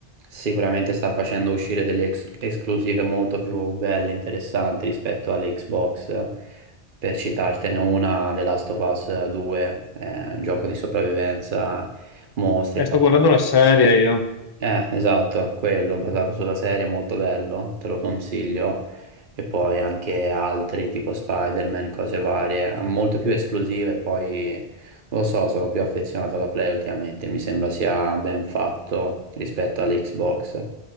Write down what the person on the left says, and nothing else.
Eh,
sto guardando la serie io,